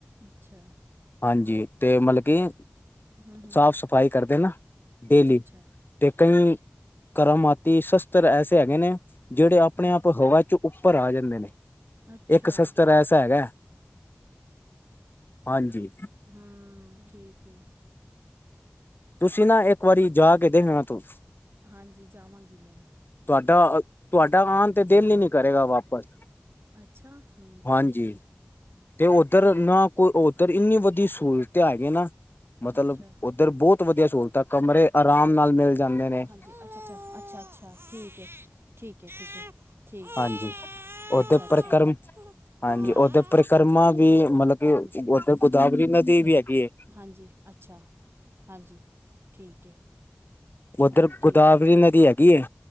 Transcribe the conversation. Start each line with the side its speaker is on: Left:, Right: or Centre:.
Right: ਅੱਛਾ
Left: ਹਾਂਜੀ ਤੇ ਮਤਲਬ ਕਿ,
Right: ਹੂੰ ਹੂੰ
Left: ਸਾਫ਼ -ਸਫ਼ਾਈ ਕਰਦੇ ਨਾ, ਡੇਲੀ
Right: ਅੱਛਾ ਅੱਛਾ
Left: ਤੇ ਕਈ ਕਰਾਮਾਤੀ ਸ਼ਸਤਰ ਐਸੇ ਹੈਗੇ ਨੇ ਜਿਹੜੇ ਆਪਣੇ
Right: ਹੂੰ
Left: ਆਪ ਹਵਾ ਚ ਉੱਪਰ ਆ ਜਾਂਦੇ ਨੇ
Right: ਅੱਛਾ
Left: ਇੱਕ ਸਸਤਰ ਐਸਾ ਹੈਗਾ ਹਾਂਜੀ
Right: ਹਾਂ ਠੀਕ ਹੈ
Left: ਤੁਸੀਂ ਨਾ, ਇੱਕ ਵਾਰੀ ਜਾ ਕੇ ਦੇਖਣਾ ਤੂੰ
Right: ਹਾਂਜੀ ਜਾਵਾਂਗੀ ਮੈਂ
Left: ਤੁਹਾਡਾ ਤੁਹਾਡਾ ਆਣ ਤੇ ਦਿਲ ਹੀ ਨੀ ਕਰੇਗਾ ਵਾਪਸ
Right: ਅੱਛਾ ਹ
Left: ਹਾਂਜੀ ਤੇ ਉੱਧਰ ਨਾ ਕੋਈ ਉੱਧਰ ਇੰਨੀ ਵਧੀਆ ਸਹੂਲਤ ਹੈਗੀ ਨਾ ਮਤਲਬ।
Right: ਅੱਛਾ
Left: ਇੱਧਰ ਬੋਤ ਵਧੀਆ ਸਹੂਲਤਾਂ ਕਮਰੇ ਆਰਾਮ ਨਾਲ ਮਿਲ ਜਾਂਦੇ ਨੇ।
Right: ਹਾਂਜੀ ਅੱਛਾ ਅੱਛਾ ਅੱਛਾ ਅੱਛਾ ਠੀਕ ਹੈ ਠੀਕ ਹੈ ਠੀਕ ਹੈ। ਠੀਕ ਹੈ
Left: ਹਾਂਜੀ। ਉਥੇ
Right: ਅੱਛਾ ਅੱਛਾ
Left: ਪਰਿਕਰਮਾ ਵੀ ਹਾਂਜੀ
Right: ਹਾਂ
Left: ਓਦੇ ਪਰਿਕਰਮਾ ਵੀ ਮਤਲਬ ਕਿ।
Right: ਹਾਂਜੀ
Left: ਗੋਦਾਵਰੀ ਨਦੀ ਵੀ ਹੈਗੀ ਏ।
Right: ਹਾਂਜੀ ਅੱਛਾ ਹਾਂਜੀ ਠੀਕ ਹੈ।
Left: ਉੱਧਰ
Right: ਹਾਂ ਠੀਕ
Left: ਗੋਦਾਵਰੀ
Right: ਹੈ
Left: ਨਦੀ ਹੈਗੀ